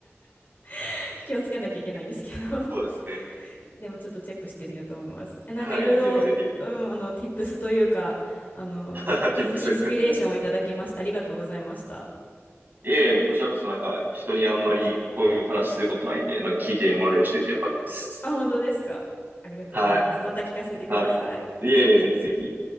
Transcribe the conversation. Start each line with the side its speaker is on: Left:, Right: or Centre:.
Left: <laughs> 気をつけなきゃいけないんですけど
Right: <laughs>
Left: <laughs>
Right: そうですね。
Left: でもちょっとチェックしてみようと思います。え、なんかいろいろ、
Right: はい、ぜひぜひ。
Left: うん、あの、tips というか、あの、
Right: <laughs> Tips。
Left: イン、インスピレーションをいただきました。ありがとうございました。
Right: いえいえ、こちらこそなんか、人にあんまりこういう話することないんで、なんか聞いてもらえる人いてよかったです。
Left: あ、本当ですか。ありがとうございます。
Right: はい、
Left: また聞かせてください。
Right: はい。いえいえ、ぜひぜひ。